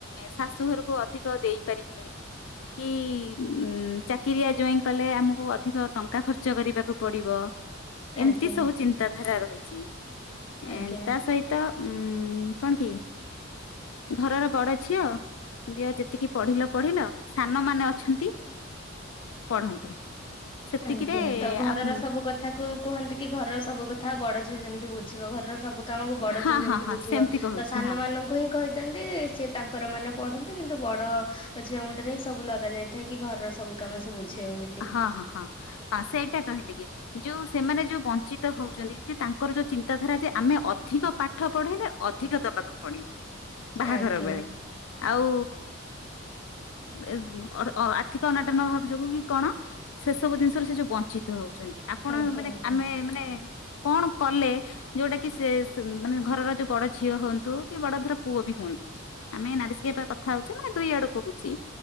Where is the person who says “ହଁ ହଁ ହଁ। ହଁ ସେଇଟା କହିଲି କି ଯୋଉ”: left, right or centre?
Left